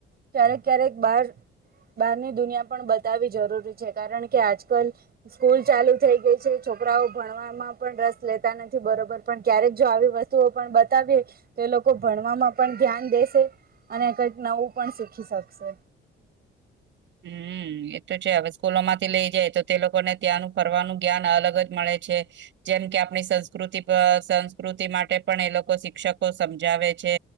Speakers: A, on the right; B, on the right.
A: ક્યારેક ક્યારેક બાર બહારની દુનિયા પણ બતાવી જરૂરી છે, કારણ કે આજકાલ સ્કૂલ ચાલુ થઈ ગઈ છે, છોકરાઓ ભણવામાં પણ રસ લેતા નથી બરોબર પણ ક્યારેક જો આવી વસ્તુઓ પણ બતાવીએ તો એ લોકો ભણવામાં પણ ધ્યાન દેશે અને કંઈક નવું પણ શીખી શકશે
B: હમ, એતો છે હવે સ્કૂલો માંથી લઇ જાય તો તે લોકોને ત્યાંનું ફરવાનું જ્ઞાન અલગ જ મળે છે જેમ કે આપણી સંસ્કૃતિ સંસ્કૃતિ માટે પણ એ લોકો શિક્ષકો સમજાવે છે